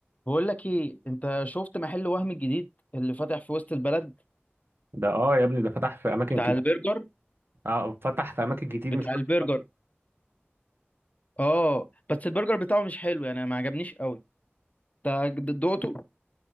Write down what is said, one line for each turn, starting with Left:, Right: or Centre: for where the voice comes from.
Left: بقول لك ايه انت شفت محل وهم الجديد اللي فاتح في وسط البلد
Right: ده اه يا ابني ده فتح في اماكن
Left: بتاع
Right: كتير
Left: البرجر
Right: اه فتح في اماكن كتير
Left: بتاع
Right: مش بس
Left: البرجر
Right: في البلد
Left: اه بس البرجر بتاعه مش حلو يعني ما عجبنيش قوي انت دقته